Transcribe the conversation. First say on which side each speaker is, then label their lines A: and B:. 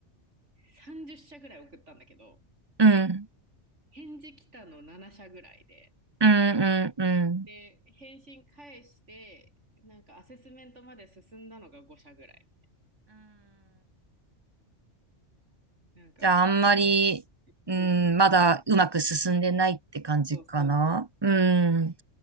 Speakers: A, on the right; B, on the right.
A: 30社ぐらい送ったんだけど、
B: うん、
A: 返事来たの7社ぐらいで、
B: うん、うん。
A: で、返信返して、なんかアセスメントまで進んだのが5社ぐらい。なんか、
B: じゃあ、あんまり、
A: もう、
B: うん、まだうまく進んでないって感じかな。
A: そうそうそうそう。
B: うん。